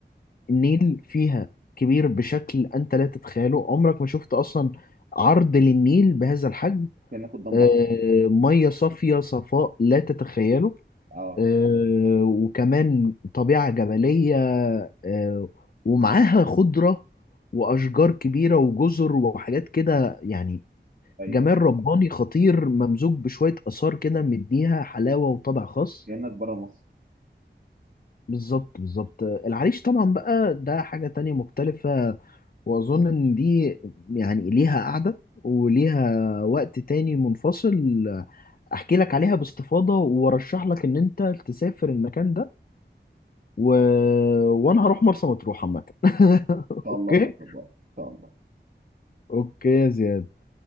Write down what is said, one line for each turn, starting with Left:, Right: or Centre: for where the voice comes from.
Left: النيل فيها كبير بشكل أنت لا تتخيله عمرك ما شفت أصلا عرض للنيل بهذا الحجم
Right: كأنك قدام
Left: آه،
Right: بحر
Left: مية صافية صفاء لا تتخيله
Right: اه
Left: آه، وكمان طبيعة جبلية آه، ومعاها خضرة وأشجار كبيرة وجزر وحاجات كده يعني
Right: ايوه
Left: جمال
Right: ايوه
Left: رباني خطير ممزوج بشوية آثار كده مديها حلاوة وطابع خاص
Right: كأنك بره مصر
Left: بالظبط بالظبط العريش طبعا بقى ده حاجة تانية مختلفة واظن ان دي يعني ليها قعدة وليها وقت تاني منفصل احكي لك عليها باستفاضة وارشح لك ان انت تسافر المكان ده و... وانا هروح مرسى مطروح عامة <laughs>
Right: ان شاء
Left: اوكي
Right: الله في اقرب وقت ان شاء الله
Left: اوكي يا زياد